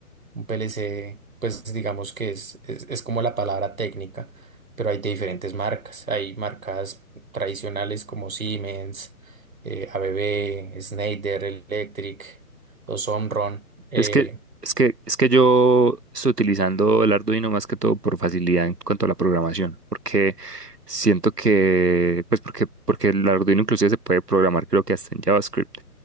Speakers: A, on the right; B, on the right.
A: Un PLC, pues digamos que es, es, es como la palabra técnica, pero hay de diferentes marcas. Hay marcas tradicionales como Siemens, eh, ABB, Schneider Electric, los Omron. eh,
B: Es que, es que, es que yo estoy utilizando el Arduino más que todo por facilidad en cuanto a la programación, porque siento que, pues porque, porque el Arduino inclusive se puede programar, creo que hasta en JavaScript.